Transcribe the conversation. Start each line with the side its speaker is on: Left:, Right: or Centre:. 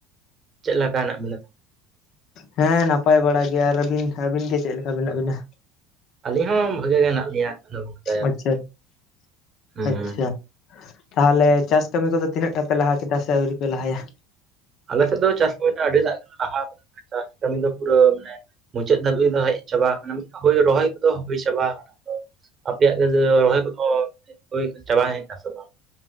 Right: ᱪᱮᱫ ᱞᱮᱠᱟ ᱦᱮᱱᱟᱸᱜ ᱵᱤᱱᱟ?
Left: ᱦᱮᱸ ᱱᱟᱯᱟᱭ ᱵᱟᱲᱟ ᱜᱮᱭᱟ ᱟᱨ ᱟᱹᱵᱤᱱ ᱟᱹᱵᱤᱱ ᱜᱮ ᱪᱮᱫ ᱞᱮᱠᱟ ᱢᱮᱱᱟᱜ ᱵᱤᱱᱟ᱾
Right: ᱟᱞᱤᱧ ᱦᱚᱸ ᱵᱷᱟᱜᱮ ᱜᱮ ᱦᱮᱱᱟᱜ ᱞᱤᱧᱟ᱾ ᱪᱟᱸᱫᱳ ᱵᱚᱸᱜᱟ ᱫᱟᱭᱟ
Left: ᱟᱪᱪᱷᱟ
Right: ᱛᱮ᱾ ᱦᱩᱸ
Left: ᱟᱪᱪᱷᱟ ᱟᱪᱪᱷᱟ ᱛᱟᱦᱚᱞᱮ ᱪᱟᱥ ᱠᱟᱹᱢᱤ ᱠᱚᱫᱚ ᱛᱤᱱᱟᱹᱜ ᱴᱟ ᱯᱮ ᱞᱟᱦᱟ ᱠᱮᱫᱟ ᱥᱮ ᱟᱹᱣᱨᱤ ᱯᱮ ᱞᱟᱦᱟᱭᱟ?
Right: ᱟᱞᱮᱥᱮᱫ ᱫᱚ ᱪᱟᱥ ᱠᱟᱹᱢᱤ ᱫᱚ ᱟᱹᱰᱤ ᱞᱟᱜ ᱜᱮᱞᱮ ᱞᱟᱦᱟ ᱠᱟᱫᱟ ᱪᱟᱥ ᱠᱟᱹᱢᱤ ᱫᱚ ᱯᱩᱨᱟᱹ ᱢᱟᱱᱮ ᱢᱩᱪᱟᱹᱫ ᱫᱷᱟᱹᱵᱤᱡ ᱫᱚ ᱦᱮᱡ ᱪᱟᱵᱟᱣ ᱠᱟᱱᱟ ᱨᱚᱦᱚᱭ ᱠᱚᱫᱚ ᱦᱩᱭ ᱪᱟᱵᱟᱣ ᱠᱟᱱᱟ᱾ ᱟᱯᱮᱭᱟᱜ ᱜᱮ ᱨᱚᱦᱚᱭ ᱠᱚᱫᱚ ᱦᱩᱭ ᱪᱟᱵᱟ ᱦᱮᱡ ᱱᱟᱥᱮ ᱵᱟᱝ?